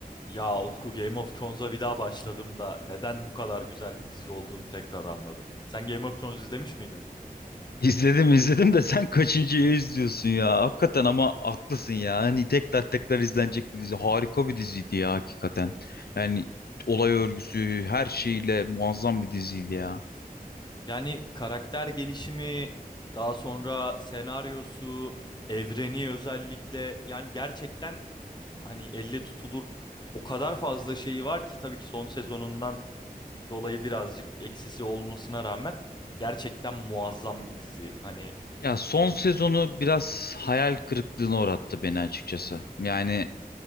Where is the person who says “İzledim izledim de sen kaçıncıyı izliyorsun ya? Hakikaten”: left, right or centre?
Left